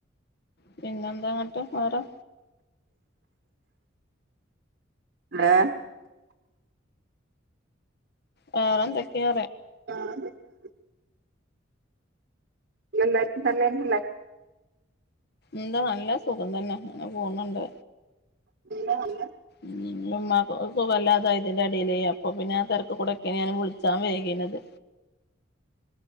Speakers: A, on the left; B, on the right.
A: പിന്നെന്താങ്ങട്ട് വേറെ
B: ഏഹ്
A: വേറെന്തക്കയ
B: <unintelligible> നല്ലതന്നല്ലെ
A: എന്താ നല്ല സുഖം തന്നെ അങ്ങനെ പോന്നുണ്ട്
B: <inaudible>
A: ഉമ്മുമാക്ക് സുഖമില്ലാതായി ഇതിൻ്റെ ഇടയിലേ അപ്പൊ പിന്നെ ആ തിരക്ക് കൂടൊക്കെ ഞാൻ വിളിച്ചാൻ വൈകീനത്